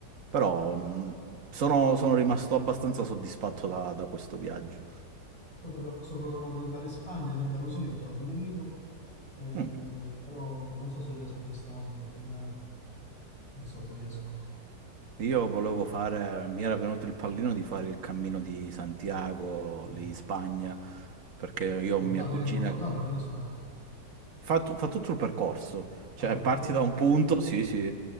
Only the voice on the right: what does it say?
Però mh, sono, sono rimasto abbastanza soddisfatto da, da questo viaggio.
Mm.
Io volevo fare, mi era venuto il pallino di fare il cammino di Santiago
lì in Spagna,
perché io ho
mia
cugina
fa, tu- fa tutto il percorso,
cioè
parti da un punto, sì, sì,